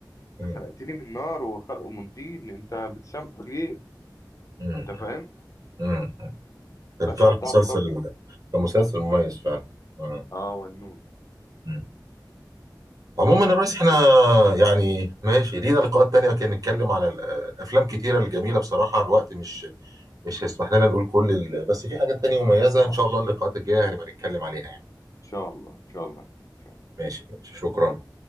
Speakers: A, on the left; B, on the right.
A: انت
B: مم.
A: خلقتني من نار وخلقه من طين انت بتسامحه ليه
B: مم.
A: انت فاهم
B: مم. كان
A: المشهد
B: فعلا
A: ده
B: مسلسل
A: عبقري
B: كان مسلسل مميز فعلا مم.
A: اه والنوز
B: مم. عموما
A: آه
B: يا ريس احنا
A: خير
B: يعني ماشي لينا لقاءات تانية كان نتكلم على ال- الافلام كتيرة الجميلة بصراحة الوقت مش مش هيسمح لنا نقول كل ال... بس في حاجات تانية مميزة
A: خلاص
B: ان شاء الله اللقاءات الجاية هنبقى نتكلم عليها يعني
A: ان شاء الله ان شاء الله ان شاء الله
B: ماشي ماشي شكرا